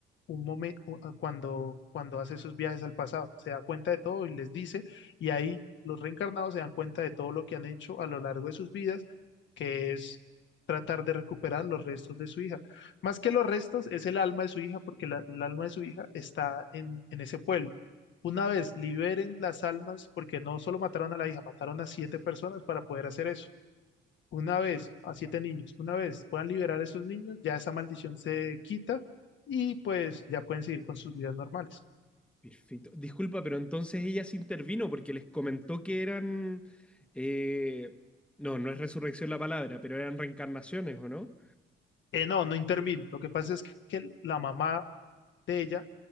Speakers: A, on the left; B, in the centre.
A: un momento cuando, cuando hace esos viajes al pasado. Se da cuenta de todo y les dice, y ahí los reencarnados se dan cuenta de todo lo que han hecho a lo largo de sus vidas, que es tratar de recuperar los restos de su hija. Más que los restos, es el alma de su hija, porque la- el alma de su hija está en, en ese pueblo. Una vez liberen las almas, porque no solo mataron a la hija, mataron a siete personas para poder hacer eso una vez a siete niños, una vez puedan liberar a esos niños, ya esa maldición se quita y pues ya pueden seguir con sus vidas normales.
B: Perfecto. Disculpa, pero entonces ella se intervino porque les comentó que eran, eh, no, no es resurrección la palabra, pero eran reencarnaciones, ¿o no?
A: Eh, no, no intervino. Lo que pasa es que la mamá de ella,